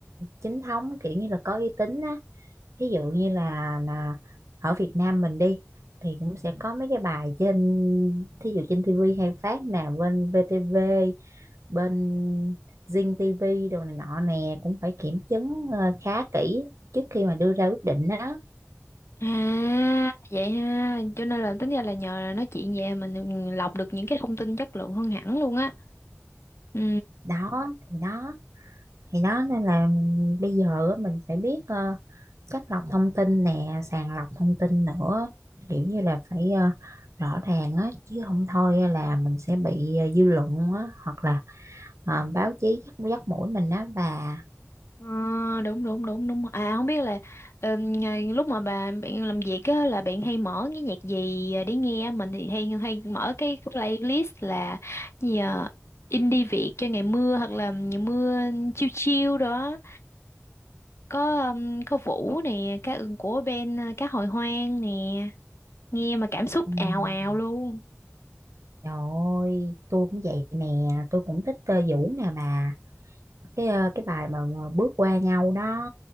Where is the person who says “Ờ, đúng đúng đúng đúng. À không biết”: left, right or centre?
Left